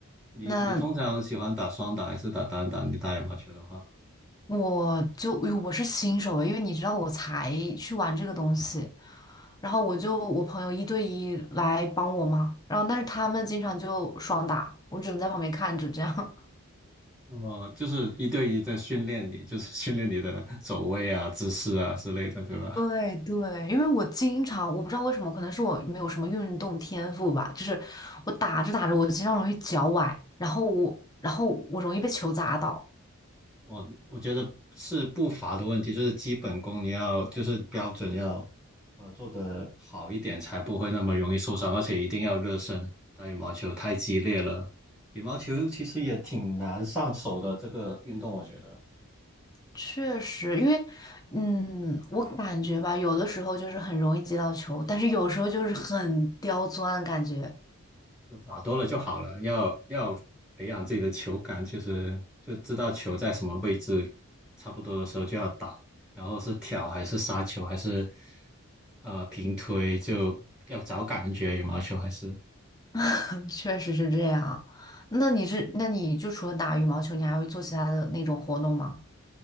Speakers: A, in the centre; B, on the left.
A: 你你通常喜欢打双打还是打单打？
B: 那
A: 你打羽毛球的话，
B: 我就我是新手诶，因为你知道我才去玩这个东西，然后我就我朋友一对一来帮我嘛，然后但是他们经常就双打，我只能在旁边看着这样。
A: 呃，就是一对一在训练你，就是训练你的走位啊、姿势啊之类的，对吧？
B: <laughs> 对对，因为我经常我不知道为什么，可能是我没有什么运动天赋吧，就是我打着打着我经常容易脚崴，然后我然后我容易被球砸到。
A: 我我觉得是步伐的问题，就是基本功你要就是标准要呃做得好一点，才不会那么容易受伤，而且一定要热身。打羽毛球太激烈了，羽毛球其实也挺难上手的这个运动，我觉得
B: 确实，因为，嗯，我感觉吧，有的时候就是很容易接到球，但是有时候就是很刁钻，感觉，
A: 就打多了就好了，要要培养自己的球感，就是就知道球在什么位置，差不多的时候就要打，然后是挑还是杀球还是呃平推，就要找感觉羽毛球还是。
B: <laughs> 确实是这样。那你是，那你就除了打羽毛球，你还会做其他的那种活动吗？